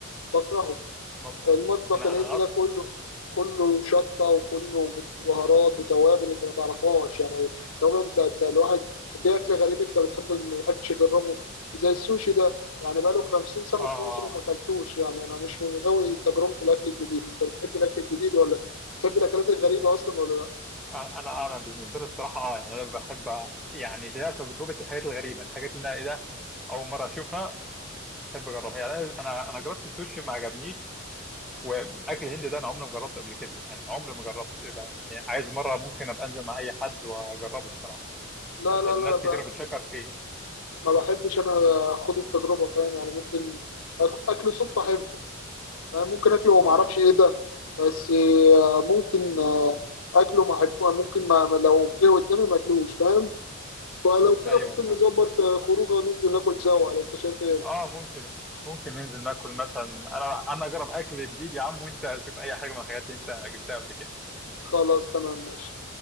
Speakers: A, on the left; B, in the centre.
A: بكرهه
B: ما-
A: المطبخ
B: انا
A: الهندي
B: انا أط...
A: ده كله كله شطه وكله بهارات وتوابل انت ما تعرفهاش يعني طب انت انت الواحد في اكل غريب انت بتحب ما بتحبش تجربه زي السوشي ده يعني بقاله 50 سنه
B: اه
A: في مصر وما اكلتوش يعني انا مش من غاوي تجربه الاكل الجديد انت بتحب الاكل الجديد ولا بتحب الاكلات الغريبه اصلا ولا لا؟
B: انا انا أنا بالنسبه لي الصراحه اه يعني انا بحب يعني هي تجربه الحاجات الغريبه الحاجات اللي انا ايه ده اول مره اشوفها بحب اجربها يعني انا انا أنا جربت السوشي ما عجبنيش والاكل الهندي ده انا عمري ما جربته قبل كده يعني عمري ما جربت يبقى يعني عايز مره ممكن ابقى انزل مع اي حد واجربه الصراحه
A: لا
B: عشان
A: لا لا
B: ناس
A: ب-
B: كتير بتشكر فيه
A: ما بحبش انا اخد التجربه فاهم يعني ممكن أك- اكل صدفه احبه ممكن اكله وما
B: اه
A: اعرفش ايه ده بس آه، ممكن آه، اكله ما احبه ممكن ما ما- لو جه قدامي ما اكلوش فاهم فلو كده
B: ايوه
A: ممكن نظبط آه، خروجه وننزل ناكل سوا ولا انت شايف ايه
B: اه ممكن ممكن ننزل ناكل مثلا انا انا اجرب اكل جديد يا عم وانت اشوف اي حاجه من الحاجات اللي انت جبتها قبل كده
A: خلاص تمام ماشي